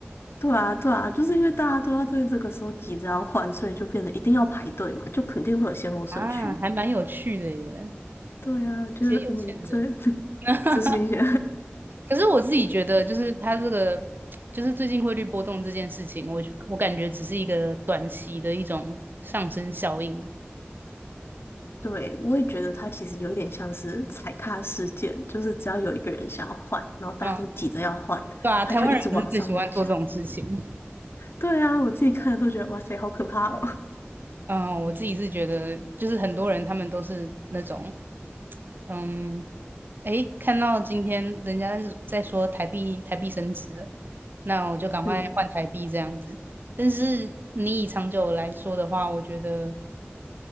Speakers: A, on the left; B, on the right.
A: 对啊，对啊，就是因为大家都要对这个时候急着要换，所以就变得一定要排队嘛，就肯定会有先后顺序。
B: 啊，还蛮有趣的耶，
A: 对啊，就是嗯，
B: 这些有钱人。
A: 这 <laughs>
B: <laughs>
A: 这是一些
B: 可是我自己觉得，就是它这个，就是最近汇率波动这件事情，我我感觉只是一个短期的一种上升效应。
A: <laughs> 对，我也觉得它其实有一点像是踩踏事件，就是只要有一个人想要换，然后大家都急着要换，
B: 嗯，对啊，
A: 他就一直往上往下。
B: 台湾人不是最喜欢做这种事情。
A: 对啊，我自己看了都觉得哇塞，好可怕哦。
B: 嗯，我自己是觉得，就是很多人他们都是那种，嗯，诶，看到今天人家是在说台币台币升值了，那我就赶快换台币这样子。
A: <laughs> 嗯
B: 但是你以长久来说的话，我觉得